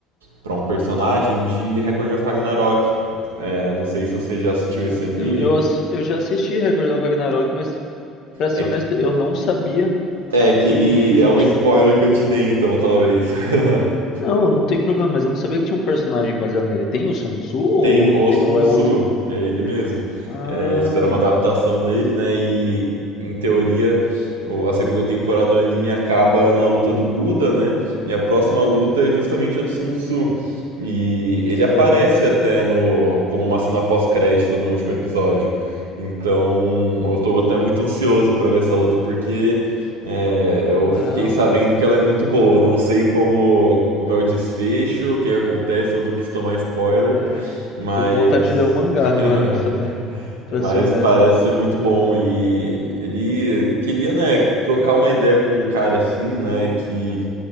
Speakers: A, on the right; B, on the left.
A: para um personagem de Record of Ragnarok. É, não sei se você já assistiu esse
B: Ah,
A: anime.
B: Eu, eu, ass- eu já assisti Record of Ragnarok, mas pra ser
A: É,
B: honesto, eu não sabia
A: é que
B: que.
A: ele é um
B: ti-
A: spoiler que eu te dei, então, talvez. <laughs>
B: Não, não tem problema, mas eu não sabia que tinha um personagem baseado nele. Tem o Sun Tzu ou,
A: tem o
B: te-
A: Sun
B: ou
A: Tzu,
B: é outro?
A: é ele mesmo.
B: Ah,
A: É, fizeram uma adaptação dele, né? E em teoria o- a segunda temporada do anime acaba na luta do Buda, né? E a próxima luta é justamente a do Sun Tzu. E ele aparece
B: aham.
A: até no como uma cena pós-crédito no último episódio. Então eu tô até muito ansioso pra ver essa luta porque é, eu
B: Caramba.
A: fiquei sabendo que ela é muito boa. Não sei como, como é o desfecho, o que acontece, eu não quis tomar spoiler.
B: É,
A: Mas.
B: tô com vontade de ler o mangá agora pra saber,
A: <laughs>
B: pra
A: Mas
B: ser honesto.
A: parece ser muito bom. E ele queria, né, trocar uma ideia com um cara assim, né, que